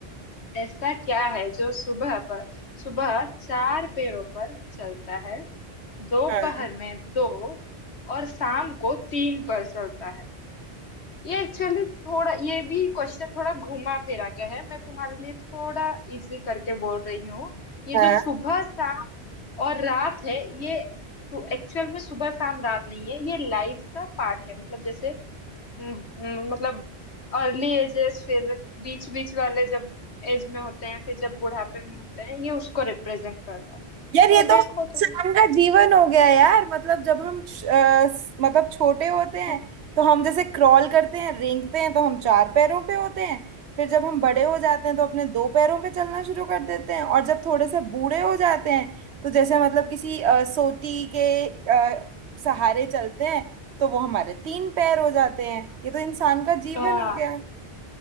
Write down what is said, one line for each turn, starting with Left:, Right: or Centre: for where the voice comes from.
Left: ऐसा क्या है जो सुबह पर सुबह चार पैरों पर चलता है दोपहर
Right: हाँ
Left: में दो और शाम को तीन पर चलता है ये एक्चुअली थोड़ा ये भी क्वेश्चन थोड़ा घुमा फिरा के है मैं तुम्हारे लिए थोड़ा इजी करके बोल रही हूँ ये
Right: हाँ
Left: जो सुबह शाम और रात है ये तो एक्चुअल में सुबह शाम रात नहीं है ये लाइफ का पार्ट है मतलब जैसे म, म, मतलब अर्ली एजेस फिर बीच बीच वाले जब एज में होते हैं फिर जब बुढ़ापे में होते हैं ये उसको रिप्रेजेंट कर रहा है
Right: यार
Left: तो
Right: ये तो
Left: देखो
Right: इंसान
Left: तुम
Right: का जीवन हो गया यार मतलब जब हम श- अ, स- मतलब छोटे होते
Left: <laughs>
Right: हैं तो हम जैसे क्रॉल करते हैं रेंगते हैं तो हम चार पैरों पे होते हैं फिर जब हम बड़े हो जाते हैं तो अपने दो पैरों पे चलना शुरू कर देते हैं और जब थोड़े से बूढ़े हो जाते हैं तो जैसे मतलब किसी अ, सोटी के अ, सहारे चलते हैं तो वो हमारे तीन पैर हो जाते हैं ये तो इंसान का जीवन
Left: हाँ
Right: हो गया